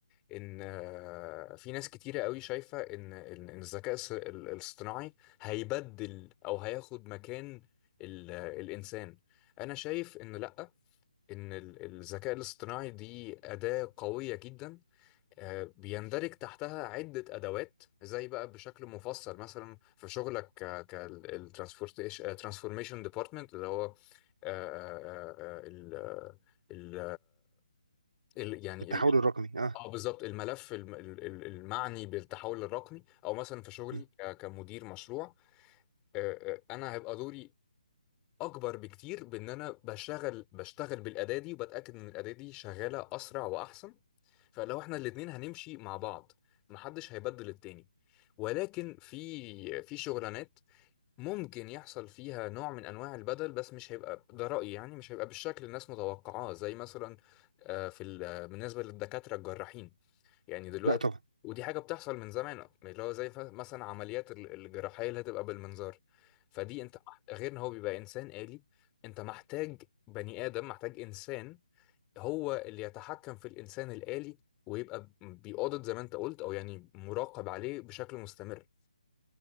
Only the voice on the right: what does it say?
التحول
الرقمي اه
مم.
لا طبعا